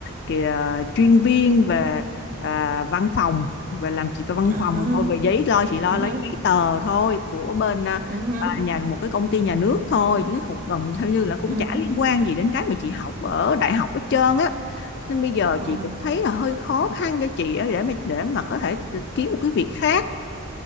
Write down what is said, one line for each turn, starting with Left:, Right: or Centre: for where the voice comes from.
Left: kìa, chuyên viên về à, văn phòng về làm chị về văn
Right: à ha,
Left: phòng thôi về giấy lo chị lo
Right: ừ
Left: lấy
Right: hứ,
Left: giấy tờ thôi của bên à,
Right: ừ hứ,
Left: là nhà một cái công ty nhà nước thôi chứ không gần theo như là cũng
Right: ừ
Left: chả
Right: hứ,
Left: liên quan gì đến cái mà chị học ở đại học hết trơn á nên bây giờ
Right: ừ,
Left: chị cũng thấy là hơi khó khăn cho chị để mà để mà có thể kiếm một cái việc khác